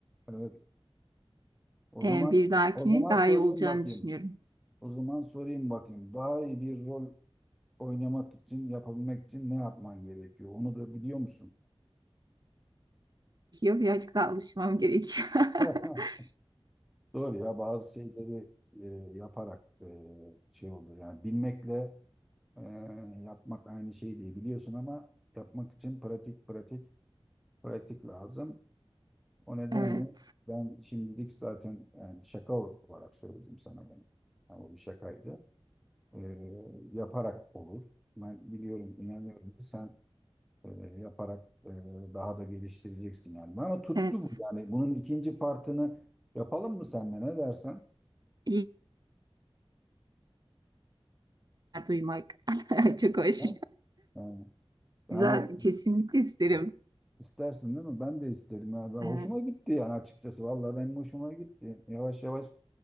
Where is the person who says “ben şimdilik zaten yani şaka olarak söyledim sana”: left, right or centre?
Centre